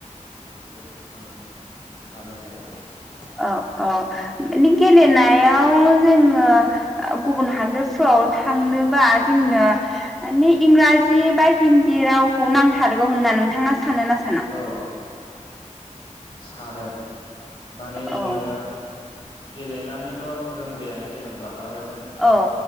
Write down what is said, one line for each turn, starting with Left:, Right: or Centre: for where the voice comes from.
Left: बेखौ आं सानो आरो‌। <inaudible>
Centre: औ औ माने गेलेनायाव जोङो गुबुन हादोरफ्राव थांनोबा जोंनो माने इंराजि बा हिन्दी रावखौ नांथारगौ होनना नोंथाङा सानो ना साना?
Left: औ सानो। माने
Centre: औ
Left: जोङो गेलेनानैल' रोंबायानो जेन'ब्ला आरो नों
Centre: औ